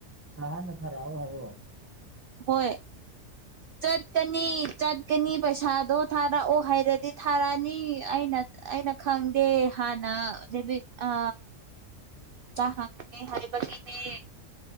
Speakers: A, on the right; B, on the right.
A: ꯁꯥꯍꯅ ꯊꯔꯛꯑꯣ ꯍꯥꯏꯣ
B: ꯍꯣꯏ ꯆꯠ ꯀꯅꯤ ꯆꯠ ꯆꯠꯀꯅꯤ ꯄꯩꯁꯥꯗꯣ ꯊꯥꯔꯛꯑꯣ ꯍꯥꯏꯔꯗꯤ ꯊꯥꯔꯛꯑꯅꯤ ꯑꯩꯅ ꯑꯩꯅ ꯈꯪꯗꯦ ꯍꯥꯟꯅ ꯑ ꯑ ꯇꯍꯪꯦ ꯍꯔꯄꯂꯤꯅꯦ